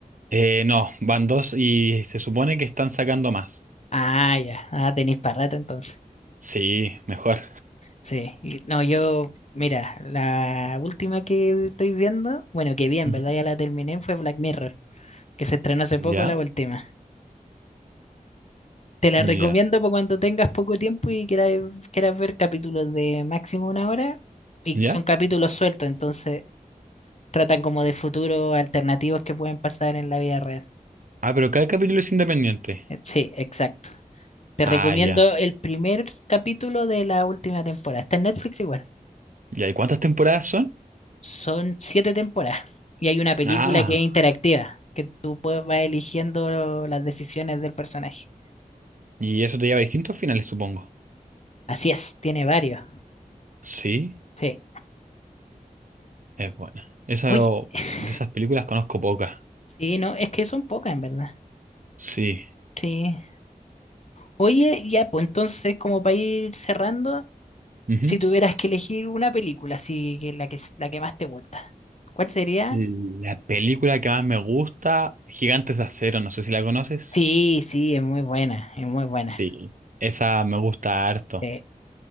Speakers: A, on the right (about 65°); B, on the left (about 50°).
A: Eh, no, van dos y se supone que están sacando más.
B: Ah, ya. Ah, tenéis para rato entonces.
A: Sí, mejor.
B: Sí, y- no, yo, mira, la última que estoy viendo, bueno, que bien,
A: Ujú.
B: ¿verdad? Ya la terminé, fue Black Mirror, que se estrenó hace
A: <laughs> ¿Ya?
B: poco la última. Te la
A: ¿Ya?
B: recomiendo para cuando tengas poco tiempo y quieras, quieras ver capítulos de máximo una hora, y
A: ¿Ya?
B: son capítulos sueltos, entonces tratan como de futuros alternativos que pueden pasar en la vida real.
A: Ah, pero cada capítulo es independiente.
B: Eh, Sí, exacto. Te recomiendo
A: Ah, ya.
B: el primer capítulo de la última temporada. Está en Netflix igual.
A: ¿Y ahí cuántas temporadas son?
B: Son siete temporadas y hay una película
A: Ah,
B: que es interactiva, que tú puedes, vas eligiendo las decisiones del personaje.
A: y eso te lleva a distintos finales, supongo.
B: Así es, tiene varios.
A: Sí,
B: Sí.
A: es buena. Esa,
B: Oye, <laughs>
A: de esas películas conozco pocas.
B: sí, no, es que son pocas en verdad.
A: Sí.
B: Sí. Oye, ya, pues entonces, como para ir cerrando,
A: Ujú.
B: si tuvieras que elegir una película, así que la que, la que más te gusta, ¿cuál sería?
A: La película que más me gusta, Gigantes de Acero, no sé si la conoces.
B: Sí, sí, es muy buena, es muy buena.
A: Sí. Esa me gusta harto.
B: Sí,